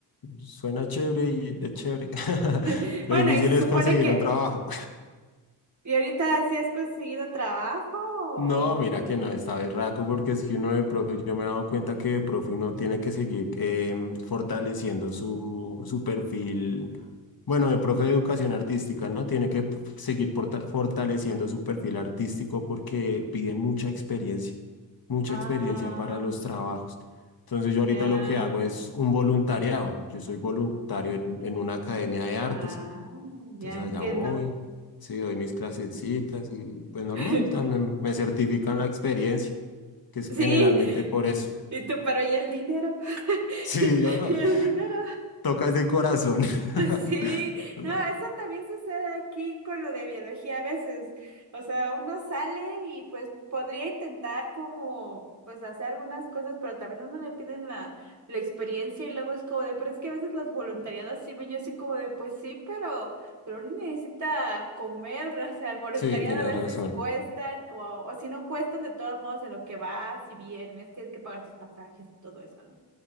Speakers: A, on the left (about 50°); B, on the right (about 40°).
A: suena chévere y es chévere. <laughs>
B: <laughs> Bueno,
A: Lo difícil
B: y se supone
A: es conseguir
B: que,
A: un trabajo.
B: ¿y ahorita sí has conseguido trabajo? o-
A: No, mira que no, está berraco porque es que uno de profe, yo me he dado cuenta que de profe uno tiene que seguir em, fortaleciendo su, su perfil, bueno, de profe de educación artística, ¿no? Tiene que p- seguir porta- fortaleciendo su perfil artístico porque piden mucha experiencia, mucha
B: Ah,
A: experiencia para los trabajos. Entonces yo
B: ya,
A: ahorita lo que hago es un voluntariado, yo soy voluntario en en una academia de artes.
B: ah,
A: Entonces
B: ya entiendo.
A: allá voy, sí, doy mis clasecitas y pues normal,
B: <laughs>
A: también me certifican la experiencia, que es
B: Sí,
A: generalmente por eso. <laughs>
B: y tú, pero ¿y el dinero? <laughs>
A: Sí, yo no,
B: ¿Y el dinero?
A: tocas de corazón. <laughs>
B: <laughs> Sí,
A: La-
B: no, eso también sucede aquí con lo de biología a veces. O sea, uno sale y pues podría intentar como pues hacer algunas cosas, pero también uno le piden la, la experiencia y luego es como de, pero es que a veces los voluntariados sí ven yo así como de, pues sí, pero, pero uno necesita comer, o sea, el voluntariado
A: Sí, tienes
B: a veces
A: razón.
B: cuestan, o, o si no cuestan de todos modos en lo que vas, si vienes, tienes que pagar tus pasajes y todo eso, ¿no?